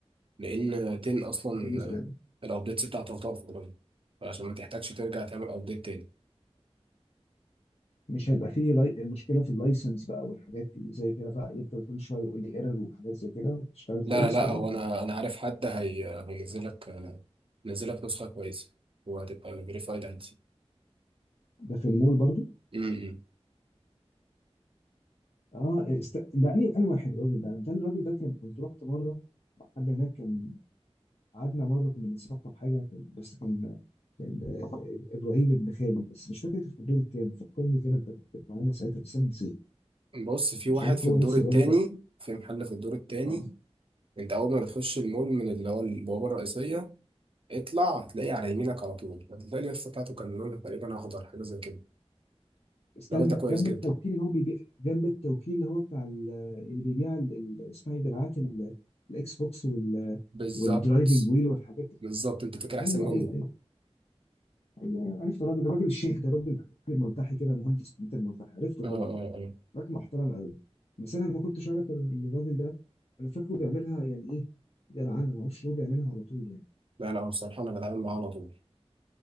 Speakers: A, on the right (about 55°); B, on the left (about 65°).
A: لأن 10 أصلا
B: يقول لي زلمه
A: الأبديتس بتاعته هتقف قريب عشان ما تحتاجش ترجع تعمل أبديت تاني
B: مش هيبقى فيه لي... مشكله في اللايسنس بقى والحاجات اللي زي كده بقى يفضل كل شويه يقول لي ايرور وحاجات زي كده تشتغل
A: لا
B: كويس
A: لا لا
B: ولا
A: هو انا
B: ايه
A: انا عارف حد هي هينزل لك هينزل لك نسخه كويسه وهتبقى فيريفايد عادي
B: ده في المول برضو
A: امم
B: اه است... ده انا انا واحد الراجل ده ده الراجل ده كان كنت رحت مره مع حد هناك كان قعدنا مره كنا بنسطب حاجه كان- بس كان كان آه، ابراهيم ابن خالي بس مش فاكر كان في الدور الكام فكرني كده انت كنت معانا ساعتها بس انا نسيت
A: بص في
B: مش
A: واحد
B: عارف
A: في
B: هو
A: الدور
B: نفس
A: التاني
B: الراجل ده
A: في محل في الدور التاني
B: اه
A: انت اول ما بتخش المول من اللي هو البوابه الرئيسيه اطلع هتلاقي على يمينك على طول هتلاقي اليافطه بتاعته كان لونها تقريبا اخضر حاجه زي كده
B: استنى
A: الراجل ده كويس
B: جنب
A: جدا
B: التوكيل اللي هو بيبيع جنب التوكيل اللي هو بتاع ال- اللي بيبيع ال- ال- اسمها ايه دراعات ال- الاكس بوكس وال
A: بالظبط
B: والدرايفنج ويل والحاجات دي
A: بالظبط انت فاكر
B: ايوه
A: احسن مني
B: ايوه ايوه ايوه, أيوة. عرفت الراجل ده راجل الشيخ ده راجل راجل ملتحي كده مهندس كمبيوتر ملتحي عرفت الراجل
A: اه اه
B: ده
A: اه
B: راجل محترم قوي بس انا ما كنتش اعرف إن الراجل ده انا فاكره بيعملها يعني ايه جدعانه ما اعرفش هو بيعملها على طول يعني
A: لا لا بصراحه انا بتعامل معاه على طول